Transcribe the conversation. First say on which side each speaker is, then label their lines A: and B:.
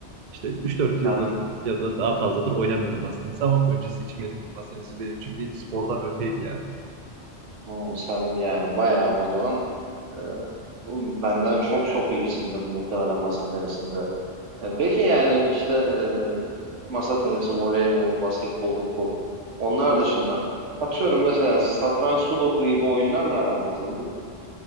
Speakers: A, on the right (about 50°); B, on the right (about 85°).
A: İşte üç dört yıldır
B: Sen,
A: ya da daha fazladır oynamıyorum masa tenisi ama öncesi için benim masa tenisi benim için bir spordan öteydi yani.
B: hı, sen yani bayağı o zaman Ee, benden çok çok iyisindir muhtemelen masa tenisinde. E, peki yani işte e, masa tenisi, voleybol, basketbol, futbol onlar dışında atıyorum mesela satranç, sudoku gibi oyunlarla aran nasıldı?